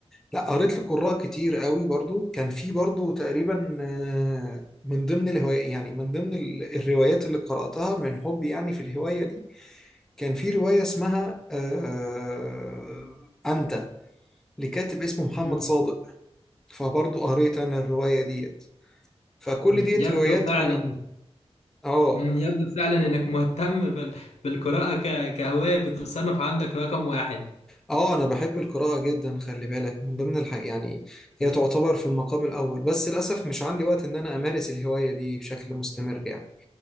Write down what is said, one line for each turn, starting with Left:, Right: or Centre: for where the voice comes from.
Centre: لا قريت لقراء كتير قوي برضو كان في برضو تقريبا آه، من ضمن الهواية يعني من ضمن ال- الروايات اللي قرأتها من حبي يعني في الهواية دي كان في رواية اسمها آه، آه، أنت لكاتب اسمه محمد
Left: مم.
Centre: صادق فبرضه قريت انا الرواية ديت فكل
Left: مم.
Centre: ديت
Left: يبدو
Centre: روايات
Left: فعلا
Centre: انا اه
Left: <laughs> مم. يبدو فعلا انك مهتم بال... بالقراءة ك... كهواية بتصنف عندك رقم واحد
Centre: اه انا بحب القراءة جدا خلي بالك من ضمن الح... يعني
Left: <laughs>
Centre: هي
Left: مم.
Centre: تعتبر في المقام الاول بس للاسف مش عندي وقت ان انا امارس الهواية دي بشكل مستمر يعني